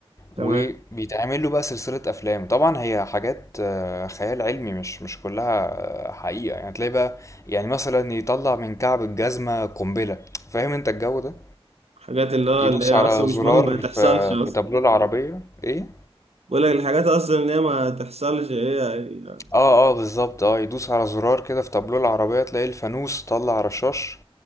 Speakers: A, on the right; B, on the left.
A: تمام
B: وبيتعمل له بقى سلسلة أفلام طبعا هي حاجات آه، خيال علمي مش مش كلها آه، حقيقة يعني تلاقي بقى يعني مثلا يطلع من كعب الجزمة قنبلة فاهم انت الجو ده
A: حاجات اللي هو
B: يدوس
A: اللي هي اصلا
B: على
A: مش
B: زرار
A: مهم ما تحصلش
B: في
A: اصلا
B: في تابلوه العربية ايه
A: بقول لك الحاجات اصلا اللي هي ما تحصلش هي هي-
B: اه اه بالظبط اه يدوس على زرار كده في تابلو العربية تلاقي الفانوس طلع رشاش